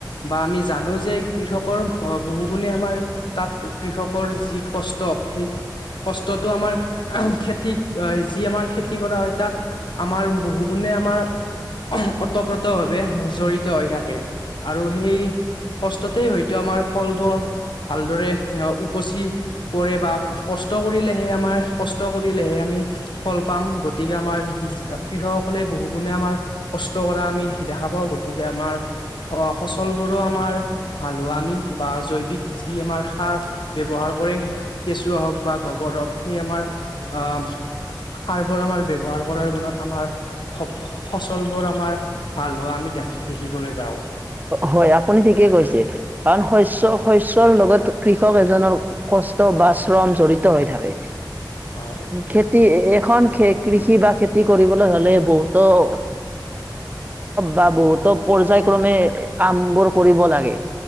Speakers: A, on the left (about 80°); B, on the right (about 20°).
A: বা আমি জানো যে কৃষকৰ বহু গুণে আমাৰ তাত কৃষকৰ যি কষ্ট সেই কষ্টতো আমাৰ খেতিত যি আমাৰ খেতি কৰা হয় তাত আমাৰ বহু গুণে। আমাৰ। ওতঃপ্ৰত ভাৱে জড়িত হৈ থাকে, আৰু সেই কষ্টতেই হয়তো আমাৰ। ফলবোৰ ভালদৰে উপচি কৰে বা কষ্ট কৰিলেহে আমাৰ কষ্ট কৰিলেহে আমি ফল পাম গতিকে আমাৰ কৃষকসকলে বহু গুণে আমাৰ কষ্ট কৰা আমি দেখা পাওঁ, গতিকে আমাৰ অ ফচলবোৰো আমাৰ ফালোঁ আমি বা জৈৱিক যি আমাৰ সাৰ ব্যৱহাৰ পৰে সেয়া কেঁচুৱা হওক বা গোবৰ হওক সেই আমাৰ আ সাৰ বোৰ আমাৰ ব্যৱহাৰ কৰাৰ গুণত আমাৰ ফচলবোৰ আমাৰ ভাল হোৱা আমি দেখ দেখিবলৈ পাওঁ।
B: হয় আপুনি ঠিকেই কৈছে কাৰণ শস্য শস্যৰ লগত কৃষক এজনৰ কষ্ট বা শ্ৰম জড়িত হৈ থাকে।
A: হয়
B: খেতি এখন খে কৃষি বা খেতি কৰিবলৈ হ'লে বহুতো <unintelligible> বা বহুতো পৰ্যায়ক্ৰমে কাম বোৰ কৰিব লাগে,